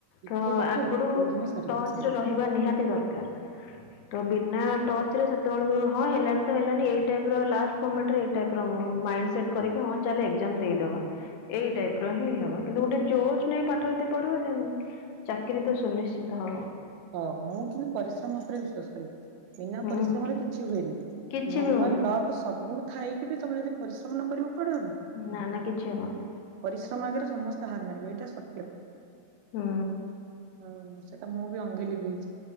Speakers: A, on the right; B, on the left.
A: ଏତେ
B: ତ
A: ପାଠ
B: ଆଗରୁ
A: କୋଉ ଦିନ ସାରିବନି
B: ଟଚରେ
A: ହଁ
B: ରହ ହିବା ନିହାତି ଦରକାର। ତ ବିନା ଟଚରେ ସେତେବେଳକୁ ହଁ ହେଲାନ ତ ହେଲାନି ଏଇ ଟାଇପ ର ଲାଷ୍ଟ ମୁମେଣ୍ଟଇ ଟାଇପ ମାଇଣ୍ଡ ସେଟ୍ କରିକି ହଁ ଚାଲେ ଏକଜାମ ଦେଇଦବା। ଏଇ ଟାଇପର ହିଁ ହବ କିନ୍ତୁ ଗୋଟେ ଜୋସ୍ ନେଇ ପାଠ ଯଦି ଦେନ ପଢିବ ଚାକିରୀ ତ ସୁନିଶ୍ଚିତ ହବ।
A: ହଁ ମୁଁ କିନ୍ତୁ ପରିଶ୍ରମ ଉପରେ ବିଶ୍ଵାସ କରେ। ବିନା
B: ହୁଁ
A: ପରିଶ୍ରମରେ
B: ହୁଁ
A: କିଛି ହୁଏନି
B: କିଛି
A: ଭଗବାନ
B: ବି ହବନି
A: ଲକ୍ ତ ସବୁ ଥାଇକି ବି ତମେ ଯଦି ପରିଶ୍ରମ ନ କରକୁ କୁଡେ ହବ।
B: ନା ନା କିଛି ହବନି।
A: ପରିଶ୍ରମ ଆଗରେ ସମସ୍ତେ ହାର ମାନିବେ ଏଇଟା ସତ୍ୟ।
B: ହଁ।
A: ହଉ ସେଟା ମୁଁ ବି ଅଙ୍ଗେ ଲିଭେଇଛି।